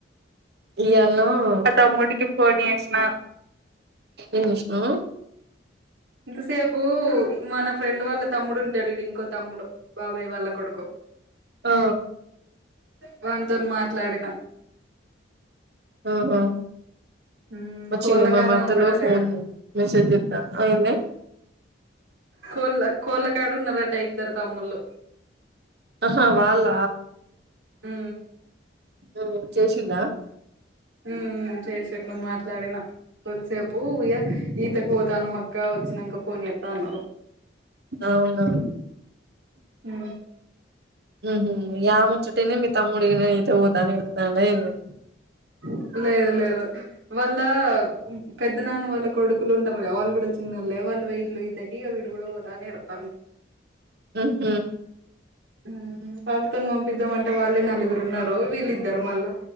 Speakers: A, on the right (about 55°); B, on the right (about 80°).
A: ఇయాళను అ మా తమ్ముడికి ఫోన్ చేసిన ఏం చేసినవ్
B: ఇంత సేపు మన ఫ్రెండ్ వాళ్ళ తమ్ముడు ఉంటాడు చూడు ఇంకో తమ్ముడు బాబాయ్ వాళ్ళ కొడుకు
A: ఆ
B: వాన్ తోని మాట్లాడిన
A: ఆహ
B: ఉమ్
A: వచ్చింది
B: కోళ్ళ
A: మా
B: కాడనే
A: మరదలు
B: ఉన్నాడటగా
A: ఫోన్ మెసేజ్ చెత్తంది అయిందా
B: కోళ కోళ్ళకాడ ఉన్నారట ఇద్దరు తమ్ముళ్లు
A: ఆహా వాళ్ళ
B: ఊ
A: ఉమ్ చేసిండా
B: ఊ చేసిండు మాట్లాడిన కొద్దిసేపు ఈతకు పోతున్నాం అక్క వచ్చి నంక ఫోన్ చెత్త అన్నాడు
A: అవునవును
B: ఊ
A: ఉహు ఆ ముచ్చట విని మీ తమ్ముడి ఈతకు పోతానాని ఏడుత్తండా ఏందీ
B: <unintelligible> లేదులేదు వాళ్ళ పెద్దనాన్న వాళ్ళ కొడుకులుంటరు గా వాళ్ళు కూడా చిన్నోల్లే వాళ్ళు పోయీళ్లు ఈతకి విడు కూడా పోతా అని ఏడుస్తా
A: ఉహు
B: ఊ వాళ్ళతోని పంపిద్దామంటే వాళ్ళే నలుగురు ఉన్నారు వీళ్ళు ఇద్దరూ మళ్ళా